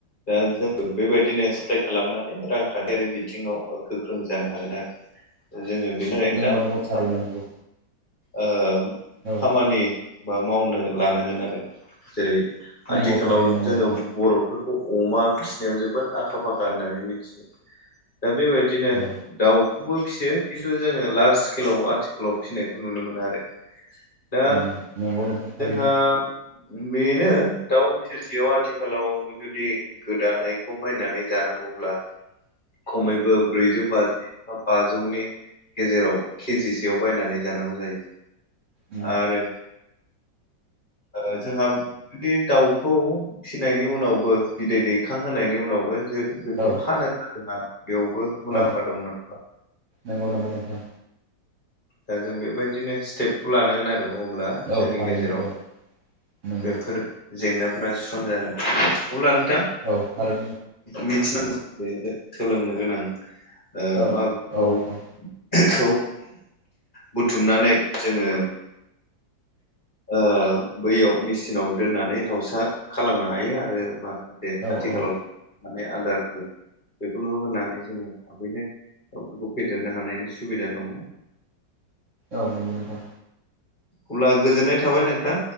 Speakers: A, on the left; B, on the right.
A: दा जों बेबायदिनो साप्लाय खालामनानै रांखान्थियारि बिथिङाव ओ गोख्रों जानो हागोन आरो। <inaudible> जोङो बेनि थाखायनो
B: नंगौ
A: दा
B: नंगौ थारैनो
A: साफा
B: नंगौ
A: ओ
B: औ
A: खामानि बा मावनो लानांगोन आरो जेरै
B: नंगौ
A: आथिखालाव
B: थारैनो नंगौ
A: जोङो
B: नोंथां
A: बर' बखौ अमा फिनायाव जोबोद आखा फाखा होननानै मिथियो। दा बेबायदिनो
B: औ
A: दाउखौबो फियो। खिन्थु जोङो लार्ज स्केलाव आथिखालाव फिनायखौ नुनो मोनो आरो। दा
B: उम नंगौ नोंथां थारैनो
A: जोंहा बेनो दाउ सेरसेयाव आथिखालाव जुदि गोदानायखौ बायनानै जानांगौब्ला खमैबो ब्रैजौ बाजि बा बाजौनि गेजेराव केजिसेयाव बायनानै जानांगौ जायो।
B: उम
A: आरो ओ जोंहा बिदि दाउखौ फिसिनायनि उनावबो बिदै दैखांहोनायनि उनावबो जों बेखौ
B: औ
A: फानोबा जोंहा बेयावबो
B: औ
A: मुलाम्फा दं ना
B: नंगौ नंगौ नोंथां।
A: दा जों बेबायदिनो स्टेपखौ लानांगोन आरो अब्ला जोंनि
B: औ थारैनो
A: गेजेराव
B: औ नंगौ
A: बेफोर जेंनाफोरा सुस्रांजागोन अब्ला नोंथां
B: औ आरो
A: मिथिनाय सोलोंनो गोनां ओ
B: औ औ
A: माबायाव
B: औ
A: खौ बुथुमनानै जोङो ओ बैयाव मेचिनाव दोननानै दाउसा खालामनो हायो आरो माखासे बे
B: औ
A: आथिखालाव
B: औ
A: माने आदारफोर बेफोरखौ होनानै जोङो थाबैनो गावफोरखौ फेदेरनो हानायनि सुबिदा दङ।
B: औ नंगौ नोंथां।
A: अब्ला गोजोननाय थाबाय नोंथां।